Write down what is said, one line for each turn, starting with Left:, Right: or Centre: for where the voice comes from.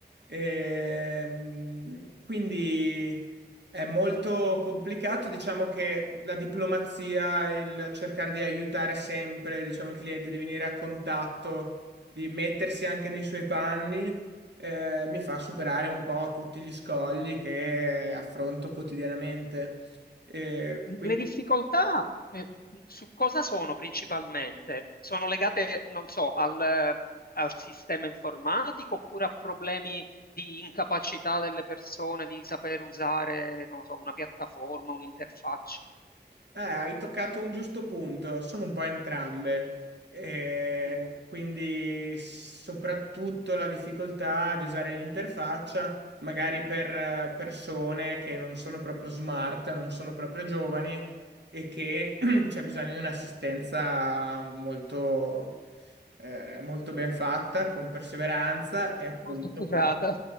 Right: Ehm, quindi è molto complicato, diciamo che la diplomazia, il cercare di aiutare sempre, diciamo, il cliente, di venire a contatto, di mettersi anche nei suoi panni, eh, mi fa superare un po' tutti gli scogli che affronto quotidianamente. Eh,
Left: Le
Right: quindi,
Left: difficoltà eh, su cosa sono principalmente? Sono legate, non so, al, eh, al sistema informatico oppure a problemi di incapacità delle persone di saper usare, non so, una piattaforma, un'interfaccia?
Right: eh, hai toccato un giusto punto, sono un po' entrambe. Eh,
Left: Mm,
Right: quindi soprattutto la difficoltà di usare l'interfaccia, magari per eh, persone che non sono proprio smart, non sono proprio giovani e che <clears throat> c'è bisogno di un'assistenza molto, eh, molto ben fatta, con perseveranza e appunto
Left: molto accurata.
Right: come...